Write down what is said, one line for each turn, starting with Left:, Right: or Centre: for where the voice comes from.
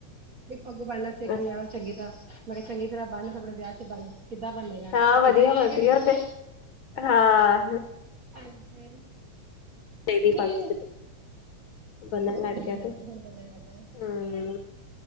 Right: ਪੱਗ ਬਣ੍ਹਨਾ ਸਿੱਖਣੀ
Left: ਅੱਛਾ।
Right: ਆ ਚੰਗੀ ਤਰ੍ਹਾਂ ਮੈਂ ਕਿਹਾ ਚੰਗੀ ਤਰ੍ਹਾਂ ਬਣ ਆਪਣੇ ਵਿਆਹ ਚ ਬਣ। ਕਿੱਦਾਂ ਬੰਨੇਗਾ
Left: ਹਾਂ ਵਧੀਆ-ਵਧੀਆ
Right: ਕਿੱਦਾਂ ਜਾਏਗਾ ਕੀ।
Left: ਤੇ ਹਾਂ
Right: ਹਾਂਜੀ।
Left: ਤੇਰੀ
Right: ਹਾਂਜੀ
Left: ਪਗ । ਬਨਣ
Right: ਹਾਂਜੀ
Left: ਲੱਗ ਗਿਆ ਤੇ
Right: ਹੁਣ ਬੰਨਣ ਲੱਗਾ।
Left: ਹਮ